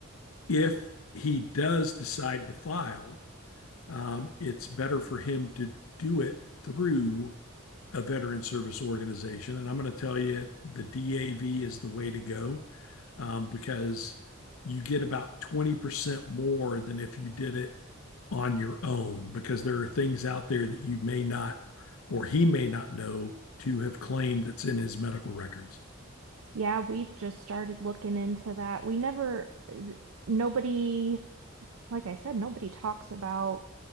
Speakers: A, on the left (about 85°); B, on the right (about 80°).
A: If he does decide to file, um, it's better for him to do it through a veteran service organization. And I'm going to tell you the DAV is the way to go um, because you get about 20% more than if you did it on your own, because there are things out there that you may not or he may not know to have claimed that's in his medical records.
B: Yeah, we've just started looking into that. We never, th- nobody, like I said, nobody talks about,